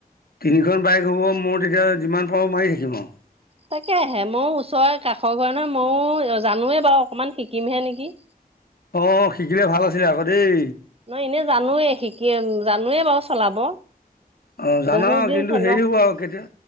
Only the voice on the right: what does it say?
তাকেহে ময়ো ওচয়ে, কাষৰ ঘৰ নহয় ময়ো জানোৱেই বাৰু, অকণমান শিকিম হে নেকি।
ন, এনেই জানোৱে শিকিম, জানোৱে বাৰু চলাব।
বহুত দিন
চলোৱা